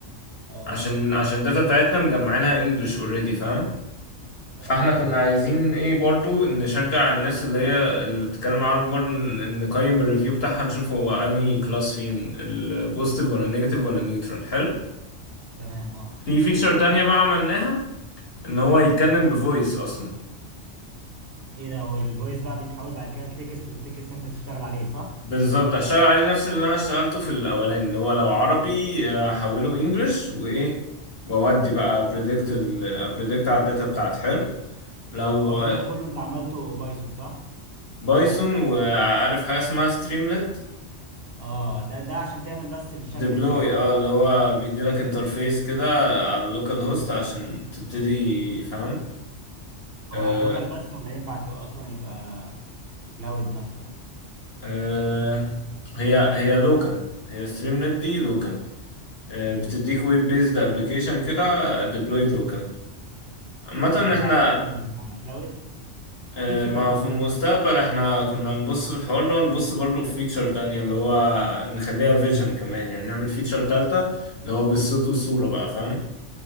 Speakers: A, on the right; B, on the left.
A: اه
B: عشان عشان الداتا بتاعتنا مجمعينها انجلش اوريدي فاهم
A: تمام
B: فاحنا كنا عايزين ايه برضو نشجع الناس اللي هي اللي بتتكلم عربي برضو ن- ن- نقيم الريفيو بتاعها نشوف هو انهي كلاس فيهم البوزيتيف ولا النيجاتيف ولا نيوترال حلو
A: تمام اه
B: في فيتشر تانية بقى عملناها ان هو يتكلم بفويس اصلا
A: ايه ده والفويس بقى بيتحول بعد كده لتكست والتكست انت تشتغل عليه صح
B: بالظبط هشتغل عليه نفس اللي انا اشتغلته في الاولاني اللي هو لو عربي احوله انجلش وايه واودي بقى بريدكت بريدكت على الداتا بتاعتي حلو لو
A: هو الكلام ده كله انت عملته بايثون صح
B: بايثون وعارف حاجه اسمها ستريملت
A: اه ده ده عشان تعمل بس الشكل
B: ديبلوي
A: الجي او اي
B: اه اللي هو بيديلك انترفيس كده على اللوكال هوست عشان تبتدي فاهم
A: هو
B: آه
A: على اللوكال بس ولا ينفع ت- اصلا يبقى كلاود مثلا
B: آه هي هي لوكال هي ستريملت دي لوكال بتديك
A: امم
B: ويب بيزد ابلكيشن كده ديبلويد لوكال عامة
A: ما ينفعش
B: احنا
A: مثلا يبقى كلاود اكيد
B: آه،
A: في
B: ما
A: تغيير
B: في المستقبل احنا كنا نبص في الحوار ده ونبص برضه في فيتشر تانية اللي هو نخليها فيجن كمان يعني نعمل فيتشر تالتة اللي هو بالصوت والصورة بقى فاهم